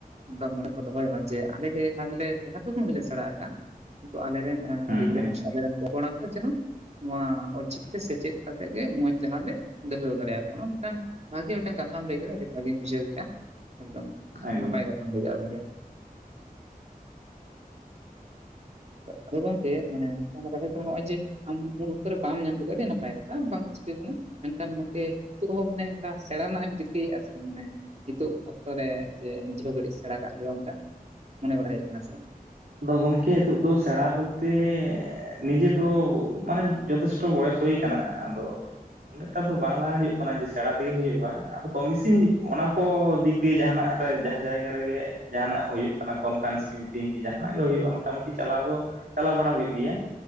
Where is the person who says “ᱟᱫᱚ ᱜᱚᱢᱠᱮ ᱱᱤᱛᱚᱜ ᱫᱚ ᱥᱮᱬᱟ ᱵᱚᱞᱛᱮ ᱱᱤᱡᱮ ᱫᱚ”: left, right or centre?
Right